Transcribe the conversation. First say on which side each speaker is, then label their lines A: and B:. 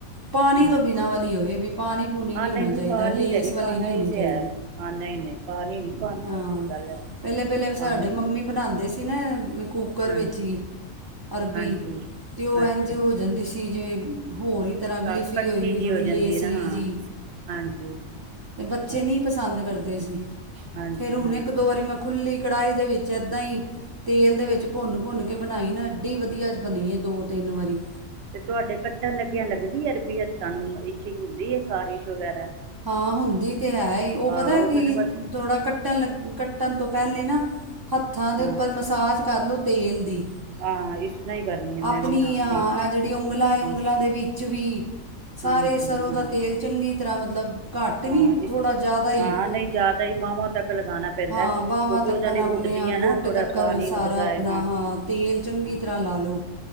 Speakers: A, on the right; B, on the right.
A: ਪਾਣੀ
B: ਹਾਂ
A: ਤੋਂ ਬਿਨਾਂ ਵਾਲੀ ਵੀ ਪਾਣੀ ਪੂਣੀ
B: ਹਾਂ
A: ਨੀ
B: ਨਹੀਂ
A: ਹੋਣਾ
B: ਨਹੀਂ
A: ਚਾਹੀਦਾ
B: ਪਾਣੀ
A: ਲੇਸ
B: ਤੇ ਨਹੀਂ
A: ਵਾਲੀ
B: ਪਾਉਣਾ
A: ਨੀ ਹੋਣੀ
B: ਇਹ ਤੇ
A: ਚਾਹੀਦੀ
B: ਹੈ ਹਾਂ ਨਹੀਂ ਨਹੀਂ ਪਾਣੀ ਨਹੀਂ ਪਾਉਣਾ
A: ਹਾਂ
B: ਇਹ ਤਾਂ ਗੱਲ ਹੈ
A: ਪਹਿਲੇ ਪਹਿਲੇ ਸਾਡੇ
B: ਪਾਣੀ
A: ਮੰਮੀ ਬਣਾਦੇ ਸੀ ਨਾ <inaudible> ਕੁੂੱਕਰ
B: ਹਾਂਜੀ
A: ਵਿੱਚ ਹੀ ਅਰਬੀ
B: ਹਾਂਜੀ
A: ਤੇ ਉਹ
B: ਅੱਛਾ
A: ਇੰਝ ਹੋ ਜਾਂਦੀ ਸੀ ਜਿਵੇਂ ਹੋਰ ਹੀ ਤਰ੍ਹਾਂ ਗਲੀਫੀ
B: ਇਕੱਠੀ
A: ਹੋਈ
B: ਜਿਹੀ ਹੋ ਜਾਂਦੀ
A: ਲੇਸਲੀ
B: ਹੈ ਨਾ ਹਾਂ
A: ਜੀ
B: ਹਾਂਜੀ
A: ਤੇ ਬੱਚੇ
B: ਅੱਛਾ
A: ਨਹੀਂ ਪਸੰਦ ਕਰਦੇ ਸੀ
B: ਹਾਂਜੀ
A: ਫਿਰ ਹੁਣ
B: ਹਾਂਜੀ
A: ਇੱਕ ਦੋ ਵਾਰੀ ਮੈਂ ਖੁੱਲ੍ਹੀ ਕੜਾਹੀ ਦੇ ਵਿੱਚ ਇੱਦਾਂ ਈ ਤੇਲ ਦੇ ਵਿੱਚ ਭੁੰਨ ਭੁੰਨ ਕੇ ਬਣਾਈ ਨਾ ਐਡੀ ਵਧੀਆ ਬਣੀ ਹੈ ਦੋ ਤਿੰਨ ਵਾਰੀ
B: ਤੇ ਤੁਹਾਡੇ ਕੱਟਣ ਲੱਗਿਆ ਲੱਗਦੀ ਅਰਬੀ ਹੱਥ ਤੋਹਾਨੂ ਇੱਛਿੰਗ ਹੁੰਦੀ ਹੈ ਖ਼ਾਰਿਸ਼ ਵਗੈਰਾ
A: ਹਾਂ ਹੁੰਦੀ ਤੇ ਹੈ ਹੀ ਉਹ
B: ਹਾਂ
A: ਪਤਾ
B: ਫਿਰ
A: ਕਿ
B: ਨਾ ਬਸ
A: ਥੋੜਾ ਕੱਟਣ ਲੱ ਕੱਟਣ ਤੋਂ ਪਹਿਲੇ ਨਾ ਹੱਥਾਂ ਦੇ
B: ਹਾਂ
A: ਉੱਪਰ ਮਸਾਜ ਕਰ ਲਉ ਤੇਲ ਦੀ
B: ਹਾਂ ਇਸ ਤਰ੍ਹਾਂ ਹੀ ਕਰਨੀ ਆ
A: ਆਪਣੀ
B: ਮੈਂ ਵੀ ਹਾਂ
A: ਆ
B: ਤੇ
A: ਜਿਹੜੀ ਉਂਗਲਾਂ ਹੈ
B: ਹਮ
A: ਉਂਗਲਾਂ ਦੇ ਵਿੱਚ ਵੀ ਸਾਰੇ
B: ਹਾਂਜੀ
A: ਸਰ੍ਹੋਂ
B: ਹਾਂ
A: ਦਾ ਤੇਲ ਚੰਗੀ ਤਰ੍ਹਾਂ ਮਤਲਬ ਘੱਟ
B: ਹਾਂ
A: ਨੀ
B: ਇਸ
A: ਥੋੜਾ ਜਿਆਦਾ ਹੀ
B: ਹਾਂ ਨਹੀਂ ਜ਼ਿਆਦਾ ਹੀ ਬਾਹਵਾਂ ਤੱਕ ਲਗਾਉਣਾ ਪੈਂਦਾ
A: ਹਾਂ
B: ਹੈ
A: ਬਾਹਵਾਂ
B: ਕਿਉਂਕਿ
A: ਤੱਕਣ
B: ਉਹਨਾਂ ਦੀ
A: ਆਪਣੇ
B: ਉੱਡਦੀਆਂ
A: ਆ ਗੁੱਟ
B: ਨਾ ਥੋੜਾ
A: ਤੱਕਣ
B: ਪਾਣੀ
A: ਸਾਰਾ
B: ਉੱਡਦਾ
A: ਆਪਣਾ
B: ਹੈ
A: ਹਾਂ ਤੇਲ ਚੰਗੀ
B: ਹਾਂ
A: ਤਰ੍ਹਾਂ ਲਾ ਲਓ